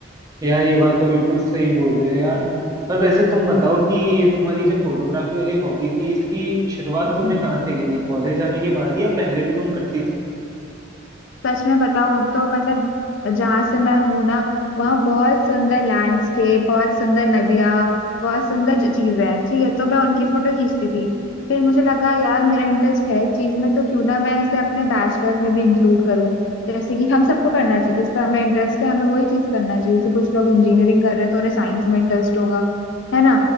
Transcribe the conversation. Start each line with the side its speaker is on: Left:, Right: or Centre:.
Right: यार ये बात तो बिल्कुल सही बोल रही हो यार तुम पर वैसे तुम बताओ कि ये तुम्हारी जो फोटोग्राफी वाली हॉबी थी इसकी शुरुआत तुमने
Left: हम्म।
Right: कहाँ से की थी कॉलेज जाने के बाद या पहले भी तुम करती थी
Left: सच में बताऊं तो मतलब जहां से मैं हूं ना वहाँ बहुत सुंदर लैंडस्केप बहुत सुंदर नदियाँ बहुत सुंदर ज- चीजें हैं ठीक है तो मैं उनकी फोटो खींचती थी फिर मुझे लगा यार मेरा इंटरेस्ट है इस चीज में तो क्यों ना मैं इसे अपने बैचलर्स में भी इंक्लूड करूँ जैसे कि हम सबको करना चाहिए जिस पे हमें इंटरेस्ट है हमें वही चीज करना चाहिए जैसे कुछ लोग इंजीनियरिंग कर रहे हैं तो उन्हें साइंस में इंटरेस्ट होगा है ना